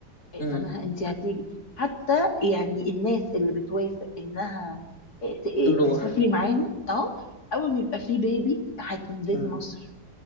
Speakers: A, on the left; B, on the left.
A: آه،
B: امم
A: فانا ه- انت هتيجي حتى يعني الناس اللي بتوافق انها آه، ت- آه،
B: تروح
A: تسافري معاهم اه اول ما يبقى في بيبي هتنزلي
B: امم
A: مصر